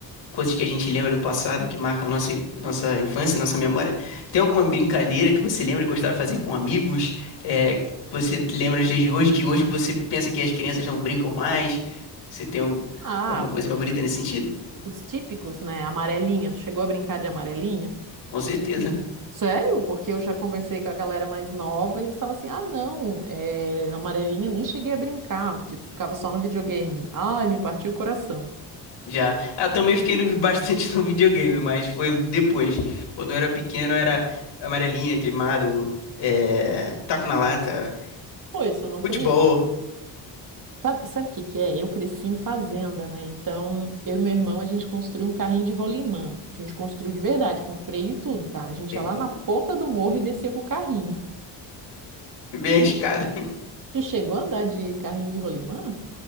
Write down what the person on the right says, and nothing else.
Ah,
os típicos, né? Amarelinha. Tu chegou a brincar de amarelinha?
Sério? Porque eu já conversei com a galera mais nova e eles falam assim: ah, não, é, amarelinha nem cheguei a brincar. Tipo, ficava só no videogame. Ai, me partiu o coração.
Pô, isso eu não
conheço. Sabe, sabe o que que é? Eu cresci em fazenda, né? Então, eu e meu irmão, a gente construiu um carrinho de rolimã. A gente construiu de verdade, com freio e tudo, tá? A gente
ia lá na ponta do morro e descia com o carrinho.
Tu chegou a andar de carrinho de rolimã?